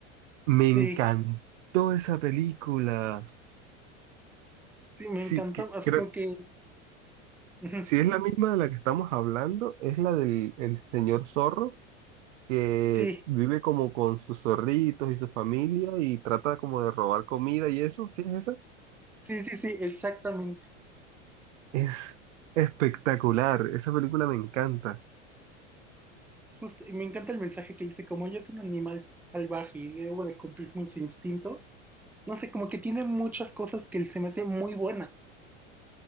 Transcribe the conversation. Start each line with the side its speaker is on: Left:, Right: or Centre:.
Right: Me encantó
Centre: Sí,
Right: esa película.
Centre: sí, me
Right: Sí,
Centre: encantó.
Right: que-
Centre: O
Right: creo,
Centre: sea, como que. ujú,
Right: si es la misma de la que estamos hablando, es la del el señor zorro que
Centre: Sí,
Right: vive como con sus zorritos y su familia y trata como de robar comida y eso. ¿Sí es esa?
Centre: sí, sí, sí, exactamente.
Right: Es espectacular. Esa película me encanta.
Centre: Justo. Y me encanta el mensaje que dice: como yo soy un animal salvaje y debo de cumplir mis instintos. No sé, como que tiene muchas cosas que se me hace muy buena.